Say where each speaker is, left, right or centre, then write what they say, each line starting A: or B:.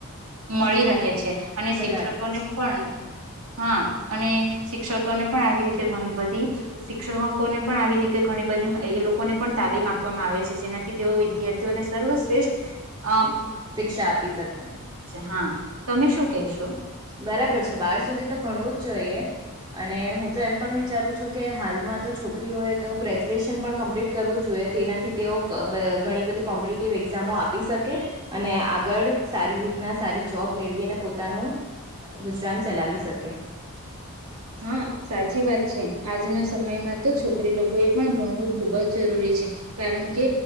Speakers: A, on the right; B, on the right.
A: મળી રહે છે અને
B: બરાબર
A: શિક્ષકોને
B: છે
A: પણ હા અને શિક્ષકોને પણ આવી રીતે ઘણી બધી શિક્ષકો ને પણ આવી રીતે ઘણી બધી એ લોકોને પણ તાલીમ આપવામાં આવે છે જેનાથી તેઓ વિદ્યાર્થીઓને સર્વશ્રેષ્ઠ અ
B: શિક્ષા આપી શકે
A: હા તમે શું કેશો
B: બરાબર છે બાર સુધી તો ભણવું જ જોઈએ અને હું તો એમ પણ વિચારું છું કે હાલમાં તો છોકરીઓ એ તો ગ્રેજ્યુએશન પણ કમ્પ્લીટ કરવું જોઈએ તેનાથી તેઓ ઘણી બધી કોમ્પિટટિવ એક્ઝામો આપી શકે અને આગળ સારી રીતના સારી જોબ મેળવીને પોતાનું ગુજરાન ચલાવી શકે હ
A: હા
B: <inaudible>
A: સાચી વાત છે આજના સમયમાં તો છોકરી લોકો એ પણ ભણવું ખૂબ જ જરૂરી છે કારણ કે